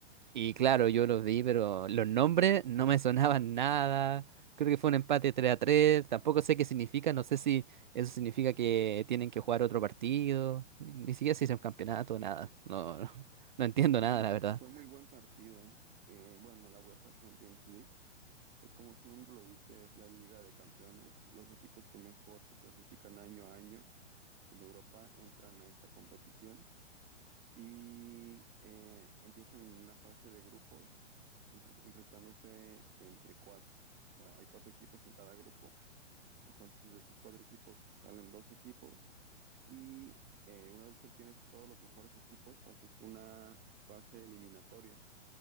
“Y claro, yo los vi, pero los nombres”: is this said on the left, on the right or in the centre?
Right